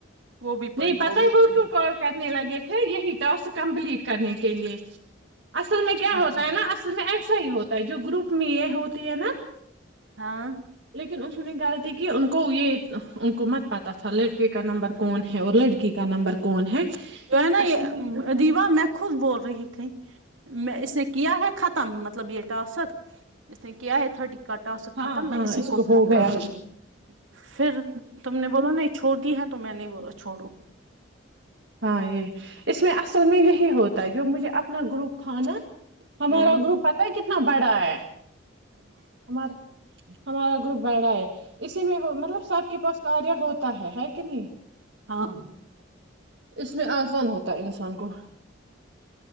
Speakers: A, on the right; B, on the right.
A: وہ بھی
B: نہیں
A: پڑھی
B: پتا
A: وہ بھی
B: ہی بول
A: پڑھی
B: کیوں کال کرنے لگے ہے یہی تو س کمپلیٹ کے لیے اصل میں کیا
A: اچھا
B: ہوتا ہے نا اصل میں ای ایسا ہی ہوتا ہے جو گروپ میں یہ ہوتی ہے نا
A: ہاں
B: انہوں نے غلطی کی ان کو یہ ان کو مت پتا تھا لڑکے کا نمبر کون ہے اور لڑکی کا نمبر کون ہے
A: جو ہے نا یہ
B: اصل میں
A: دیوا میں خود بول رہی تھی میں اس نے کیا ہو ختم مطلب یہ ٹاسکت کہ آ تھٹی کٹا سے
B: ہاں
A: ختم میں
B: ہاں
A: اسی
B: اس
A: کو فون
B: ہو
A: کروں
B: گیا
A: گی پھر تم نے بولا نہیں چھوڑ دی ہے تو میں نہیں بولا چھوڑو
B: ہاں یہ اس میں اصل میں یہی ہوتا ہے جو مجھے اپنا گروپ تھا نا ہمارا
A: ہوں
B: گروپ پتا ہے کتنا بڑا ہے ہمارا ہمارا گروپ بیھا ہے اسی میں مطلب سب کے پاس کاریہ ہوتا ہے کہ نہیں
A: ہاں
B: اس میں آسان ہوتا ہے انسان کو